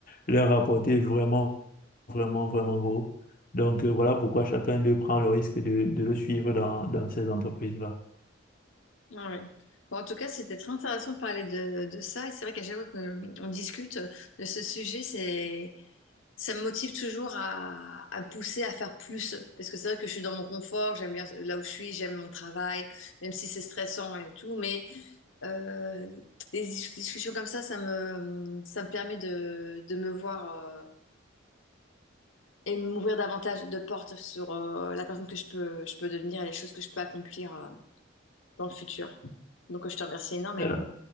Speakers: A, on the left (about 45°); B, on the left (about 80°).
A: leur apporter vraiment vraiment, vraiment gros. Donc euh, voilà pourquoi chacun d'eux prend le risque de, de le suivre dans, dans ces entreprises-là.
B: ah ouais. Bon, en tout cas, c'était très intéressant de parler de, de ça. Et c'est vrai qu'à chaque fois qu'on discute de ce sujet, c'est ça me motive toujours à, à me pousser à faire plus. Parce que c'est vrai que je suis dans mon confort, j'aime bien là où je suis, j'aime mon travail, même si c'est stressant et tout. Mais euh, des dis- discussions comme ça, ça me, ça me permet de, de me voir euh, et m'ouvrir davantage de portes sur euh, la personne que je peux, je peux devenir et les choses que je peux accomplir euh, dans le futur. Donc, je te remercie énormément.
A: Euh,